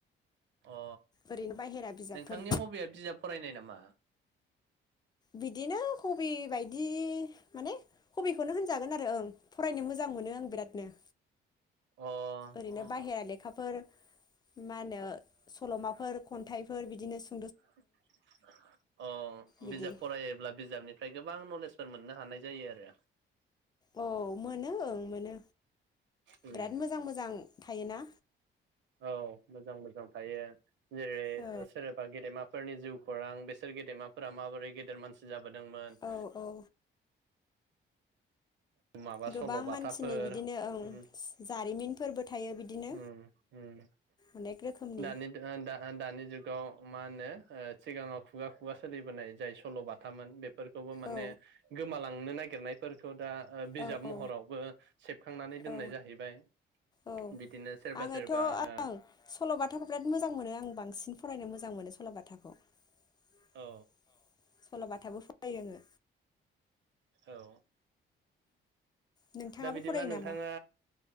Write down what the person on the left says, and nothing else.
ओरैनो बाहेरा बिजाबफोर
बिदिनो कबि बायदि माने हबिखौनो होनजागोन आरो ओं फरायनो मोजां मोनो आं बिरादनो
ओरैनो
बाहेरा
लेखाफोर मा होनो सलमाफोर खन्थाइफोर बिदिनो सु
बिदि
औ मोनो ओं मोनो
बिराद मोजां मोजां थायोना
औ
औ औ
गोबां
मानसिनि बिदिनो
ओं जारिमिनफोरबो थायो बिदिनो
अनेक रोखोमनि
औ
औ औ
औ
औ
आङोथ'
ओं
सल'बाथाखौ बिराद मोजां मोनो आं बांसिन फरायनो मोजां मोनो सल बाथाखौ। सल बाथाबो
सल बाथाबो फरायो आङो।
नोंथाङाबो
फरायो
नामा